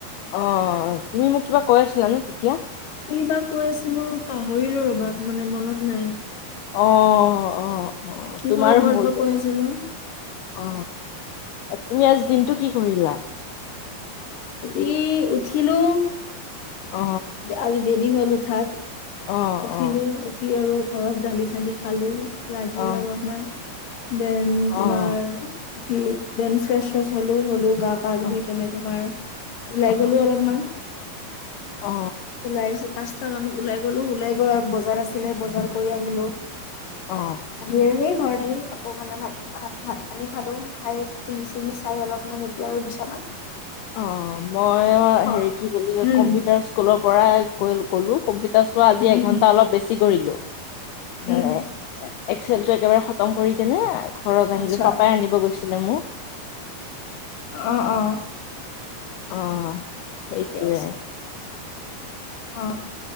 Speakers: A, on the left (about 80°); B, on the left (about 60°).
A: অ', তুমি মোক কিবা কৈ আছিলা ন' তেতিয়া?
B: কি বা কৈ আছিলো পাহৰিলো ৰ'বা মানে মনত নাই,
A: অ' অ' অ'
B: কিহৰ
A: তোমাৰ
B: ওপৰত
A: মোৰ
B: বা কৈ আছিলো।
A: অ তুমি আজি দিনটো কি কৰিলা?
B: আজি উঠিলো
A: অ'
B: আজি দেৰি হ'ল উঠাত।
A: অ' অ'
B: উঠিলো উঠি আৰু ঘৰত গালি চালি খালো, লাগিল
A: অ'
B: অলপমান দেন
A: অ'।
B: তোমাৰ উঠি দেন ফ্ৰেছ শ্ৰেছ হলোঁ। গা পা
A: অ
B: ধুই কেনে তোমাৰ ওলাই
A: অ',
B: গলো অলপমান।
A: অ
B: ওলাইছো পাঁচটা মানত ওলাই গ'লো ওলাই গৈ আৰু বজাৰ আছিলে বজাৰ কৰি আহিলো।
A: অ
B: আহি আৰু সেই ঘৰৰত আহি আকৌ মানে ভাত আহ ভাত পানী খালো খাই টিভি চিভি চাই অলপমান এতিয়া আৰু বিচনাত
A: অ মই
B: শুম
A: হেৰি
B: আৰু
A: কি বুলি
B: উম
A: কম্পিউটাৰ স্কুলৰ পৰাই ক ক'লোঁ কম্পিউটাৰ চোৱা আজি
B: উম
A: এঘণ্টা অলপ বেছি কৰিলোঁ
B: উম
A: মানে এক্সেলটো একেবাৰে খতম কৰি কেনে ঘৰত আহিলো
B: আচ্ছা
A: পাপাই আনিব গৈছিলে মোক
B: অ অ
A: অ সেইটোৱে
B: ঠিকে আছে অ